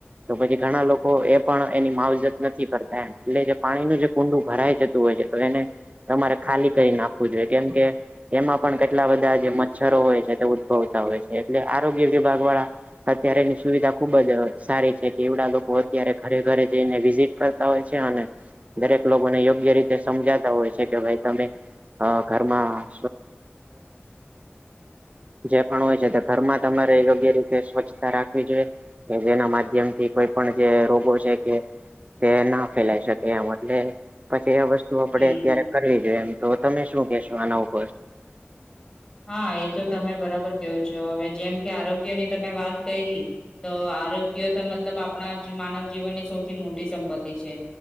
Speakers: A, on the right; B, on the left.
A: તો પછી ઘણા લોકો એ પણ એની માવજત નથી કરતા એમ એટલે જે પાણીનું જે કુંડું ભરાય જ હોય છે તો એને તમારે ખાલી કરી નાખવું જોઈએ કેમ કે એમાં પણ કેટલા બધા જે મચ્છરો હોય છે તે ઉદ્ભવતા હોય છે એટલે આરોગ્ય વિભાગ વાળા અત્યારે એની સુવિધા ખુબ જ સારી છે કે એવડા લોકો અત્યારે ઘરે ઘરે જઈને વિઝિટ કર હોય છે અને દરેક લોકોને યોગ્ય રીતે સમજાતા હોય છે કે ભાઈ તમે ઘરમાં જે હોય છે ઘરમાં તમારે યોગ્ય રીતે સ્વચ્છતા રાખવી જોઈએ કે જેના માધ્યમથી કોઈ પણ જે રોગો છે કે તે ના ફેલાય શકે એમ એટલે પછી એ વસ્ુ આપે
B: હમ
A: અત્યારે કરવી જોઈએ એમ તો તમે શું કેશો આના ઉપ
B: હા એ તો તમે બરાબર કવો છો હવે જેમ કે આરોગ્ય ની તમે વાત કરી તો આરોગ્ય તો મતલબ આપણા માનવ જીવનની સૌથી મોટી સંપત્તિ છે